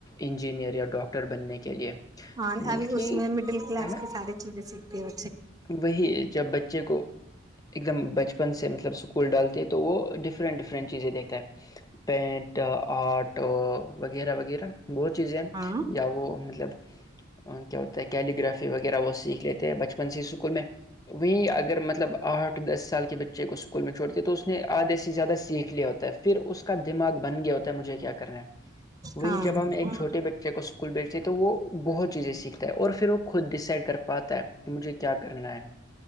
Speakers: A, on the left (about 20°); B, on the right (about 20°).
A: انجینئر یا ڈاکٹر بننے کے لیے
B: ہاں
A: بلکہ
B: ابھی اس میں مڈل کلاس
A: ہے نا
B: کی ساری چیزیں سیکھ پی <unintelligible>
A: وہی جب بچے کو ایک دم بچپن سے مطلب اسکول ڈالتا تو وہ ڈفرینٹ ڈفرینٹ چیزیں دیکھتا ہے پینٹ آرٹ وغیرہ وغیرہ بہت چیزیں ہیں
B: ہاں
A: یا وہ مطلب کہتے کیلیگرافی وغیرہ سیکھ لیتے ہیں بچ اسکول میں وہیں اگر مطلب آٹھ دس سال کے بچے کو اسکول میں چھوڑتی تو اس نے آدھے سے زیادہ سیکھ لیا ہوتا ہے پھر اس اس کا دماغ بن گیا ہوتا مجھے کیا کرنا وہی
B: ہوں
A: جب ہم ایک
B: ہاں
A: چھوٹے بچے کو اسکول بیچتے ہیں تو وہ بہت چیزیں سیکھتا ہے اور پھر وہ خود ڈیسائڈ کر پ پت ہے تو مجھے کیا کرنا ہے